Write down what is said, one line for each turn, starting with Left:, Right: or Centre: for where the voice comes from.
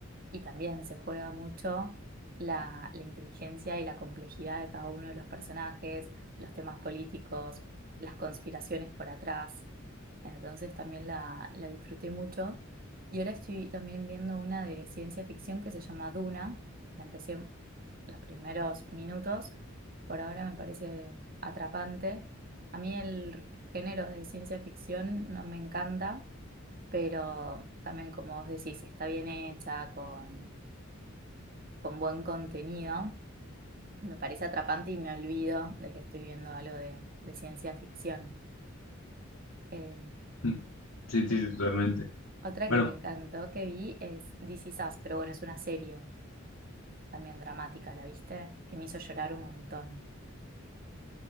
Right: y también se juega mucho la, la inteligencia y la complejidad de cada uno de los personajes, los temas políticos, las conspiraciones por atrás. Entonces también la, la disfruté mucho. Y ahora estoy también viendo una de ciencia ficción que se llama Duna. La empecé los primeros minutos. Por ahora me parece atrapante. A mí el género de ciencia ficción no me encanta, pero también como vos decís, si está bien hecha, con, con buen contenido, me parece atrapante y me olvido de que estoy viendo algo de, de ciencia ficción. Eh,
Left: Mm. sí, sí,
Right: y
Left: sí, totalmente.
Right: Otra
Left: Bueno,
Right: que me encantó que vi es This Is Us, pero bueno, es una serie también dramática, ¿la viste? Que me hizo llorar un montón.